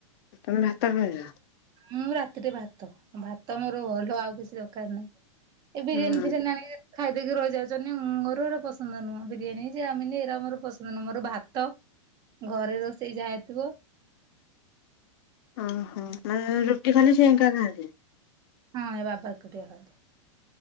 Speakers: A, on the left; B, on the right.
A: ତମେ ଭାତର ଖାଉଛ।
B: ମୁଁ ରାତିରେ ଭାତ ଭାତ ମୋର ଭଲ ଆଉ କିଛି ଦରକାର ନାହିଁ ଏ ବିରିୟାନୀ
A: ହୁଁ
B: ଫିରିୟାନୀ ଆଣି। ଖାଇଦକି ରହିଯାଉଛନ୍ତି ମୋର ଏ ପସନ୍ଦ ନୁହଁ ବିରିୟାନୀ ଯେ ଚାମିନି ଏଇଟ ମୋର ପସନ୍ଦ ନୁହଁ ମୋର ଭାତ। ଘରେ ରୋଷେଇ ଯାାଇଥିବ।
A: ଓହୋ ରୁଟି ଖାଲି ସେ ଏକାଖାଆନ୍ତି।
B: ହଁ ଏ ବାବା ଏକୁଟିଆ ଖାଆନ୍ତି।